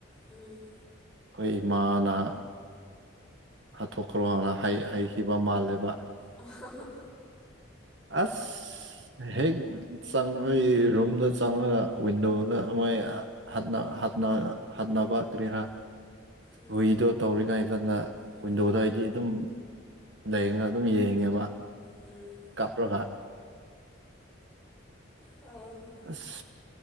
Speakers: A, in the centre; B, on the right.
A: ꯎꯝ
B: ꯈꯣꯏ ꯏꯃꯥꯅ ꯍꯥꯠꯇꯣꯛꯈ꯭ꯔꯣꯅ ꯍꯥꯏ ꯍꯥꯏꯈꯤꯕ ꯃꯥꯜꯂꯦꯕ
A: ꯑꯣ
B: ꯑꯁ ꯍꯦꯛ ꯆꯪꯉꯏ ꯔꯨꯝꯗ ꯆꯪꯔꯒ ꯋꯤꯟꯗꯣꯗ ꯃꯣꯏ ꯍꯥꯠꯅ ꯍꯥꯠꯅ ꯍꯥꯠꯅꯕ ꯀꯔꯤꯔ
A: ꯎꯝ
B: ꯍꯨꯏꯗꯣ ꯇꯧꯔꯤꯉꯥꯏꯗꯅ
A: ꯎꯝ
B: ꯋꯤꯟꯗꯣꯗ ꯑꯩ ꯑꯗꯨꯝ ꯂꯩꯅ ꯑꯗꯨꯝ ꯌꯦꯡꯉꯦꯕ
A: ꯎꯝ
B: ꯀꯥꯞꯔꯒ
A: ꯑꯣ
B: ꯑꯁ